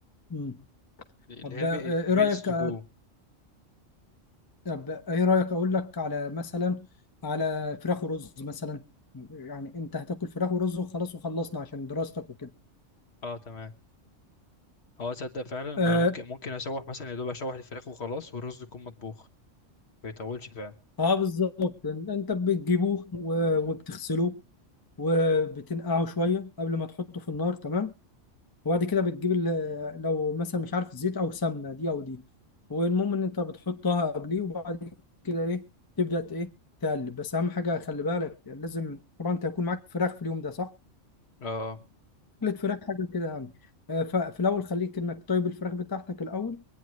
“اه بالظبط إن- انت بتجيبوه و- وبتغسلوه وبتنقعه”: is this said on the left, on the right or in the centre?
Left